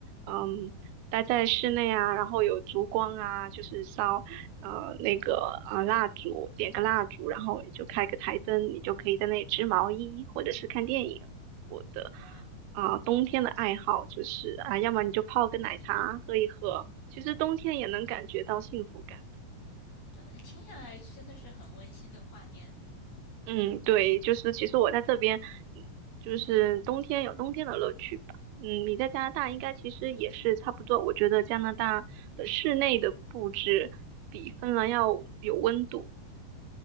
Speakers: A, on the right; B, on the left.
A: 嗯，待在室内啊，然后有烛光啊，就是烧呃那个啊、呃、蜡烛，点个蜡烛，然后你就开个台灯，
B: 嗯，
A: 你就可以在那里织毛衣或者是看电影。我的
B: 哇，
A: 啊、冬天的爱好就是啊，要么你就泡个奶茶喝一喝，其实冬天也能感觉到幸福感。
B: 我听下来真的是很温馨的画面。
A: 嗯，对，就是其实我在这边，嗯就是冬天有冬天的乐趣吧。嗯，你在加拿大应该其实也是差不多。我觉得加拿大的室内的布置比芬兰要有温度。